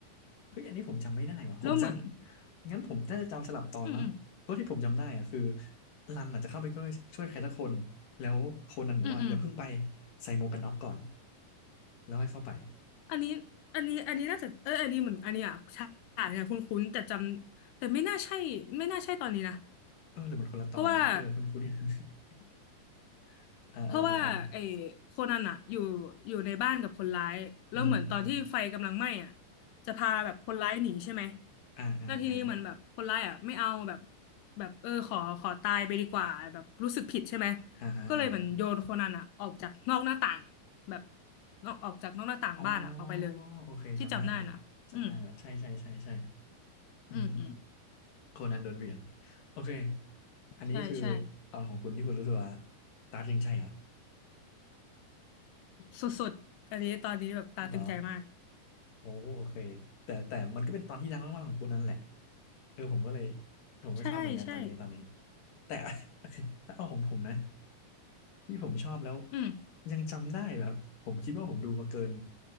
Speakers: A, on the left (about 55°); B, on the left (about 85°).
A: เฮ้ยอันนี้ผมจำไม่ได้ว่ะผมจำงั้นผมน่าจะจำสลับตอนมั้งเพราะที่ผมจำได้อะคือ
B: แล้วเหมือนอืมอืม
A: รันน่ะจะเข้าไปช่วยช่วยใครสักคนแล้วโคนันบอกว่าอย่าเพิ่งไป
B: อืมอืม
A: ใส่หมวกกันน็อกก่อนแล้วให้เข้าไป
B: อันนี้อันนี้อันนี้น่าจะเอออันนี้เหมือนอันนี้อ่ะฉากเนี่ยคุ้นๆแต่จำแต่ไม่น่าใช่ไม่น่าใช่ตอนนี้นะ
A: เออหรือมันคนละตอนนะเออคุ้น
B: เพราะว่า
A: ๆ <laughs> อ่าอ่าอ่าอ่า
B: เพราะว่าไอ้โคนันอะอยู่อยู่ในบ้านกับคนร้ายแล้วเหมือนตอนที่ไฟกำลังไหม้อะ
A: อืมอืม
B: จะพาแบบคนร้ายหนีใช่ไหม
A: อ่าอ่าอ่า
B: แล้วทีนี้เหมือนแบบคนร้ายอะไม่เอาแบบแบบเออขอขอตายไปดีกว่าแบบรู้สึกผิดใช่ไหม
A: อ่าฮะอ่าฮะ
B: ก็เลยเหมือนโยนโคนันอะออกจากนอกหน้าต่างแบบนอกออกจากนอกหน้าต่างบ้านอะออกไปเลย
A: อ๋อโอเคจำได้ละ
B: ที่จำได้นะอืม
A: จำได้ละใช่ใช่ใช่ใช่อืมอืม
B: อืมอืม
A: โคนันโดนเหวี่ยงโอเคอันนี้คือ
B: ใช่ใช่
A: ตอนของคุณที่คุณรู้สึกว่าตาจริงใจเหรอ
B: สุดๆอันนี้ตอนนี้แบบตาตึงใจมาก
A: ไม่เหรอโอ้โอเคแต่แต่มันก็เป็นตอนที่ดังมากๆของคุณนั่นแหละเออผมก็เลยผมก็ชอบเหมือนกันตอนนี้ตอนนี้
B: ใช่ใช่
A: แต่ <laughs> ถ้าเอาของผมนะที่ผมชอบแล้ว
B: อืม
A: ยังจำได้แบบผมคิดว่าผมดูมาเกิน